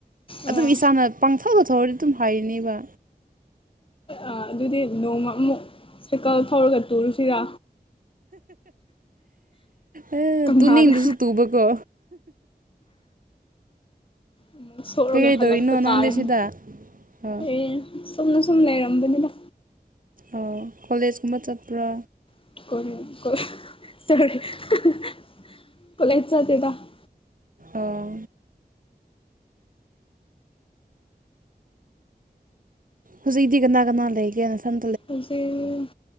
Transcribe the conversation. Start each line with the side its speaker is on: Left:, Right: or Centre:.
Left: ꯑꯥ
Right: ꯑꯗꯨꯝ ꯏꯁꯥꯅ ꯄꯪꯊꯧꯗ ꯊꯧꯔꯗꯤ ꯑꯗꯨꯝ ꯍꯥꯏꯔꯤꯅꯦꯕ
Left: ꯑ ꯑꯗꯨꯗꯤ ꯅꯣꯡꯃ ꯑꯃꯨꯛ ꯁꯥꯏꯀꯜ ꯊꯧꯔꯒ ꯇꯨꯔꯨꯁꯤꯔꯥ
Right: ꯑꯦ
Left: ꯀꯪꯂꯥꯗ
Right: ꯇꯨꯅꯤꯡꯗꯔꯖꯨ ꯇꯨꯕꯀꯣ
Left: ꯑꯃꯨꯛ ꯁꯣꯛꯔꯒ
Right: ꯀꯩꯀꯩ
Left: ꯍꯜꯂꯛꯇ
Right: ꯇꯧꯔꯤꯅꯣ ꯅꯪꯗꯤ
Left: ꯇꯥꯔꯅꯤ
Right: ꯁꯤꯗ ꯑꯣ
Left: ꯑꯦ ꯆꯨꯝꯅ ꯁꯨꯝ ꯂꯩꯔꯝꯕꯅꯤꯗ
Right: ꯑꯣ ꯀꯣꯂꯦꯖꯀꯨꯝꯕ ꯆꯠꯄ꯭ꯔꯥ
Left: <unintelligible>
Right: ꯑꯥ ꯍꯧꯖꯤꯛꯗꯤ ꯀꯅꯥ ꯀꯅꯥ ꯂꯩꯒꯦ ꯅꯊꯟ
Left: ꯍꯧꯖꯤꯛ